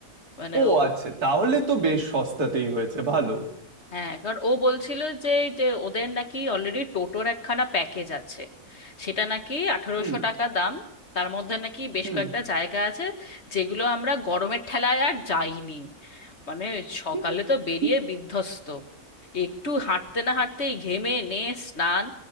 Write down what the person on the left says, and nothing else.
মানে
ও
হ্যাঁ কারণ ও বলছিল যে যে ওদের নাকি অলরেডি টোটোর একখানা প্যাকেজ আছে সেটা নাকি আঠারোশো
টাকা দাম তার মধ্যে নাকি বেশ
কয়েকটা জায়গা আছে যেগুলো আমরা গরমের ঠেলায় আর যাইনি মানে সকালে
তো বেরিয়ে
বিধ্বস্ত একটু হাঁটতে না হাঁটতেই ঘেমে নে স্নান